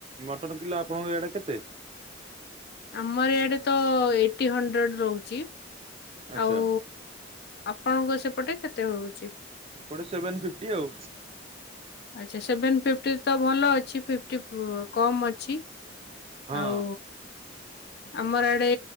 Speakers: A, on the right (about 30°); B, on the left (about 55°).
A: ମଟନ୍ କିଲୋ ଆପଣଙ୍କ ଏଇ ଆଡେ କେତେ?
B: ଆମର ଇଆଡେ ତ ଏଇଟି ହଣ୍ଡ୍ରେଡ ରହୁଚି
A: ଆଚ୍ଛା
B: ଆଉ ଆପଣଙ୍କ ସେପଟେ କେତେ ହଉଚି?
A: ଏପଟେ ସେଭେନ୍ ଫିଫ୍ଟି ଆଉ।
B: ଆଚ୍ଛା ସେଭେନ୍ ଫିଫ୍ଟି ତ ଭଲ ଅଛି ଫିପ୍ ଫିପ୍ଟି ପୁ କମ୍ ଅଛି
A: ହଁ
B: ଆଉ। ଆମ ଆଡେ